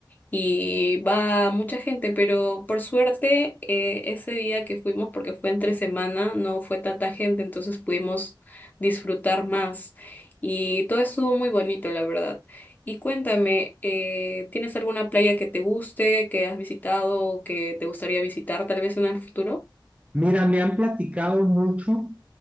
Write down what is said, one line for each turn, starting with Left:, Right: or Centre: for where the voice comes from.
Left: y va mucha gente, pero por suerte eh, ese día que fuimos, porque fue entre semana, no fue tanta gente, entonces pudimos disfrutar más y todo estuvo muy bonito, la verdad. Y cuéntame, eh, ¿tienes alguna playa que te guste, que has visitado o que te gustaría visitar tal vez en el futuro?
Right: Mira, me han platicado mucho.